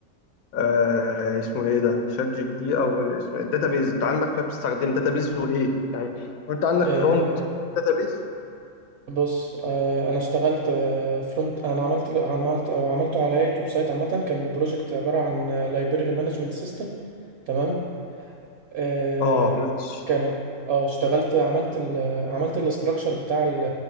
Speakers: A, on the left; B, on the right.
A: آه اسمه ايه ده شات جي بي تي او اسمه الداتابيز انت عندك فيها بتستخدم داتابيز وايه يعني وانت عندك
B: آه،
A: فرونت داتابيز
B: بص آه، انا اشتغلت آه فرونت انا عملت عملت او عملته على هيئة ويب سايت عامة كان البروجكت عبارة عن لايبرري مانجمنت سيستم تمام آه،
A: اه ماشي
B: كان اه اشتغلت عملت ال عملت الاستراكشر بتاع ال-